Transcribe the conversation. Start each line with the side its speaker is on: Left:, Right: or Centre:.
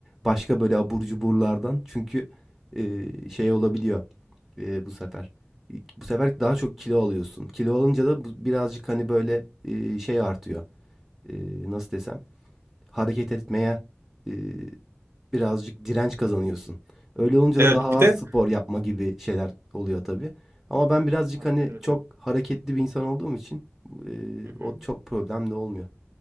Centre: başka böyle abur cuburlardan. Çünkü, eee, şey olabiliyor, eee, bu sefer. bu sefer daha çok kilo alıyorsun. Kilo alınca da bu birazcık hani böyle, eee, şey artıyor, eee, nasıl desem, hareket etmeye, e, Birazcık direnç kazanıyorsun. Öyle olunca
Right: Evet
Centre: da daha az
Right: bir de
Centre: spor yapma gibi şeyler oluyor tabii. Ama ben birazcık
Right: aynen
Centre: hani
Right: öyle.
Centre: çok hareketli bir insan olduğum için eee,
Right: Hı hı.
Centre: o çok problemli olmuyor.